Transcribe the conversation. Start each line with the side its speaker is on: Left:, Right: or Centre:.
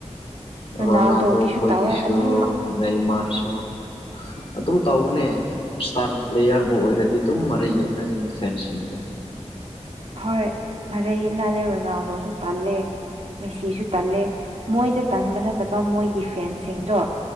Right: ꯔꯣꯅꯥꯜꯗꯣꯒꯤꯁꯨ
Left: ꯔꯣꯅꯥꯜꯗꯣꯈꯣꯏꯒꯤꯁꯨ
Right: ꯇꯧꯋꯦ ꯑꯅꯤꯃꯛ
Left: ꯅꯩꯃꯥꯔꯁꯨ ꯑꯗꯨꯝ ꯇꯧꯕꯅꯦ ꯏꯁꯇꯥꯔ ꯄ꯭ꯂꯦꯌꯥꯔꯕꯨ ꯑꯣꯏꯔꯗꯤ ꯑꯗꯨꯝ ꯃꯔꯩ ꯌꯦꯠꯅꯒꯅꯤ ꯐꯦꯟꯁꯤꯡꯗꯨ
Right: ꯍꯣꯏ ꯃꯔꯩ ꯌꯦꯠꯅꯔꯦ ꯔꯣꯅꯥꯜꯗꯣꯁꯨ ꯇꯜꯂꯦ ꯃꯦꯁꯤꯁꯨ ꯇꯜꯂꯦ ꯃꯣꯏꯗ ꯇꯟꯕ ꯅꯠ ꯇꯕ ꯃꯣꯏꯒꯤ ꯐꯦꯟꯁꯤꯡꯗꯣ